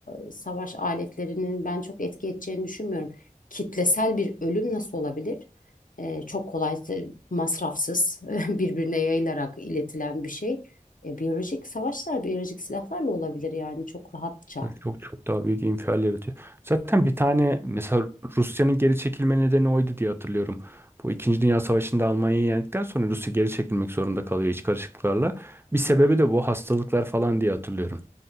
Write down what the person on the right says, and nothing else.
Çok çok daha büyük infial yaratıyor. Zaten bir tane mesela Rusya'nın geri çekilme nedeni oydu diye hatırlıyorum. Bu İkinci Dünya Savaşı'nda Almanya'yı yendikten sonra Rusya geri çekilmek zorunda kalıyor iç karışıklıklarla. Bir sebebi de bu hastalıklar falan diye hatırlıyorum.